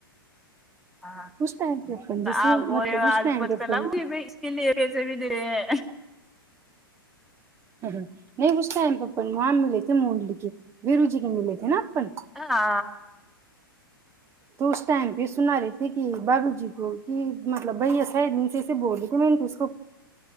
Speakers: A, in the centre; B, on the right.
A: ہاں
B: اس ٹائم پہ اپن جیسے
A: آ گو
B: مطلب اس
A: آد
B: ٹائم
A: پجھ
B: پہ اپن
A: اس کے لیے پیسے بھی دے رہے ہیں
B: نہیں اس ٹائم پہ وہاں ملے تھے منڈلی کے بیرو جی کے ملے تھے نا اپن
A: ہ آ
B: تو اس ٹائم پہ سنا رہی تھے کہ بابو جی کو کہ مطلب بھائی ایسا دن سےے بول رہ تھے میں نے تو اس کو